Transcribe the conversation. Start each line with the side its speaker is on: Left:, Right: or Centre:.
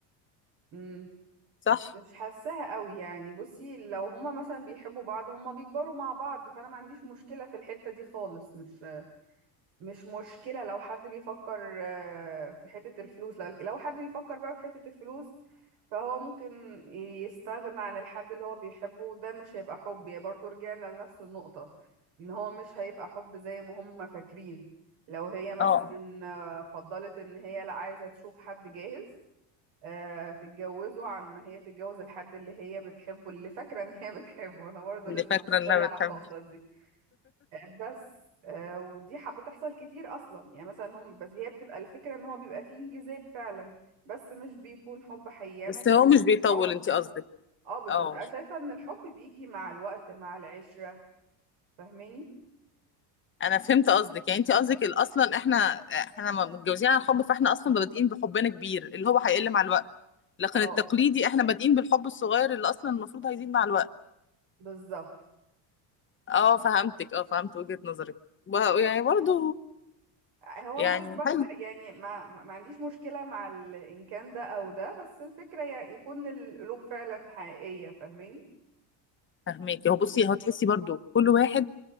Right: مم.
Left: صح؟
Right: مش حاساها قوي يعني بصي لو هما مثلا بيحبوا بعض هما بيكبروا مع بعض فانا ما عنديش مشكلة في الحتة دي خالص مش مش مشكلة لو حد بيفكر آه، في حتة الفلوس لو لو حد بيفكر بقى في حتة الفلوس فهو ممكن يستغنى عن الحد اللي هو بيحبه وده مش هيبقى حب يعني برضو رجعنا لنفس النقطة ان هو مش هيبقى حب زي ما هما فاكرين لو هي مثلا
Left: اه
Right: آه، فضلت ان هي لا عايزة تشوف حد جاهز آه، تتجوزه عن ما هي تتجوز الحد اللي هي بتحبه اللي فاكرة ان هي بتحبه انا برضه
Left: اللي
Right: لسه
Left: فاكرة
Right: مصرة
Left: انها
Right: على
Left: بتحب
Right: النقطة دي آه، بس آه، ودي حب بتحصل كتير اصلا يعني مثلا هم بس هي بتبقى الفكرة ان هو بيبقى فيه انجذاب فعلا بس مش بيكون حب حقيقي انا
Left: بس
Right: شايفة
Left: هو مش بيطول
Right: ان الحب
Left: انت قصدك
Right: اه بالظبط
Left: اه
Right: انا شايفة ان الحب بيجي مع الوقت مع العشرة فاهماني
Left: انا فهمت قصدك يعني انت قصدك ال- اصلا احنا احنا ما متجوزين عن حب فاحنا اصلا بادئين بحبنا كبير اللي هو هيقل مع الوقت لكن
Right: اه
Left: التقليدي احنا بادئين بالحب الصغير اللي اصلا المفروض هيزيد مع الوقت
Right: بالظبط
Left: اه فهمتك اه فهمت وجهة نظرك و- يعني برضو
Right: هو
Left: يعني
Right: انا برضه بحترق
Left: حلو
Right: يعني ما ما ما عنديش مشكلة مع ال- ان كان ده او ده بس الفكرة يعني يكون القلوب فعلا حقيقية فاهماني
Left: فهميك هو بصي هو تحسي برضو كل واحد